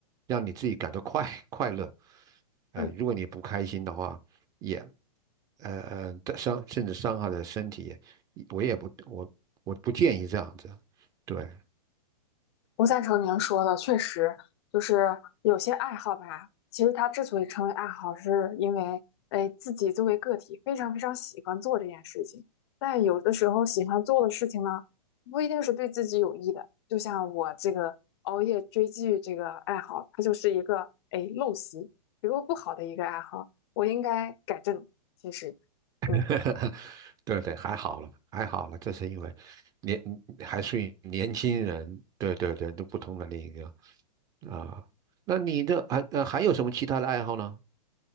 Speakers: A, on the right; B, on the left.
A: 让你自己感到快快乐，呃，
B: 嗯。
A: 如果你不开心的话，也。呃呃，伤甚至伤害了身体，我也不，我我不建议这样子。对，
B: 我赞成您说的，确实就是有些爱好吧。其实它之所以称为爱好，是因为哎自己作为个体非常非常喜欢做这件事情。但有的时候喜欢做的事情呢，不一定是对自己有益的。就像我这个熬夜追剧这个爱好，它就是一个哎陋习，一个不好的一个爱好，我应该改正。其实，
A: <laughs>
B: 嗯。
A: 对对，还好了，还好了，这是因为年还属于年轻人，对对对，都不同的那个啊。那你的还呃还有什么其他的爱好呢？